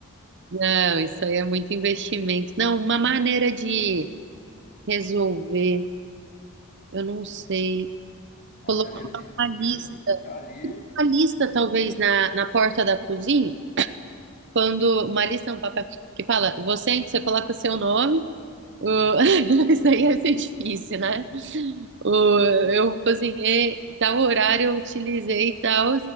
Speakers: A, on the right; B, on the left.
A: Não, isso aí é muito investimento. Não, uma maneira de resolver, eu não sei.
B: A
A: Colocar
B: maneira de resolver
A: uma lista,
B: é ficar ali.
A: uma lista talvez na, na porta da cozinha Quando uma lista é um papel que fala, você, em que você coloca o seu nome, o- <laughs> isso aí ia ser difícil, né? O- Eu cozinhei, tal horário eu utilizei tal